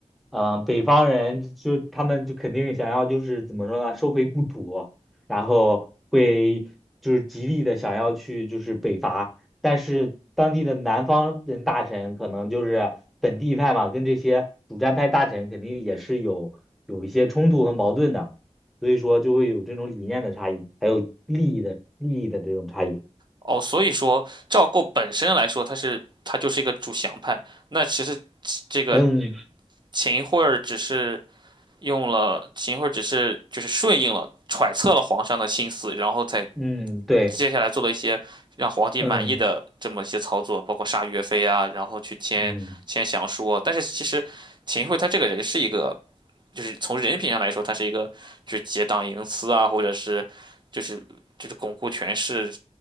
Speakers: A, in the centre; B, on the right.
A: 嗯、北方人就他们就肯定想要就是怎么说呢，收回故土，然后会就是极力的想要去就是北伐，但是当地的南方人大臣可能就是本地派嘛，跟这些主战派大臣肯定也是有有一些冲突和矛盾的，所以说就会有这种理念的差异，还有利益的利益的这种差异。
B: 哦，所以说赵构本身来说，他是他就是一个主降派，那其实这个
A: 嗯
B: 秦桧儿只是用了秦桧儿只是就是顺应了揣测了皇上的心思，然后才
A: 嗯，对。
B: 接下来做了一些让皇帝满意的这么一些操作，
A: 嗯
B: 包括杀岳飞啊，然后去签签降书啊。
A: 嗯
B: 但是其实秦桧他这个人是一个。就是从人品上来说，他是一个就是结党营私啊，或者是就是就是巩固权势，